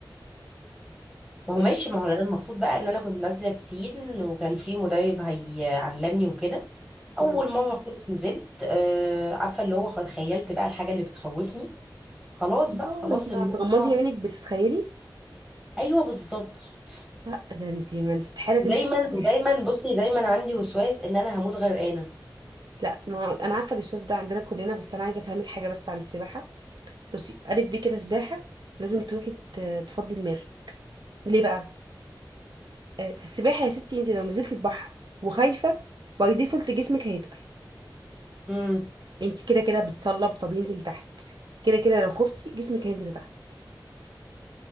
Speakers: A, in the centre; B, on the right (about 65°).
A: ما هو
B: يعني
A: ماشي ما هو انا المفروض بقى ان انا كنت نازله بسين وكان في مدرب هيعلمني وكده اول
B: امم
A: مره خالص نزلت آه عارفه اللي هو تخيلت بقى الحاجه اللي بتخوفني خلاص بقى
B: اه
A: خلاص
B: انتي لما
A: الموضوع
B: بتغمضي عينك بتتخيلي
A: ايوه بالظبط
B: لا ده انتي ما استحاله تمشي
A: دايما
B: في السباحه
A: ودايما بصي دايما عندي وسواس ان انا هموت غرقانه
B: لا ما انا عارفه الاستاذ ده عندنا كلنا بس انا عايزه افهمك حاجه بس عن السباحه بصي الف بيه كده سباحه لازم تروحي ت- تفضي دماغك ليه بقى آه، في السباحه يا ستي انتي لو نزلتي البحر وخايفه باي ديفولت جسمك هيتقل
A: امم
B: انت كده كده بتصلب فبينزل تحت كده كده لو خفتي جسمك هينزل تحت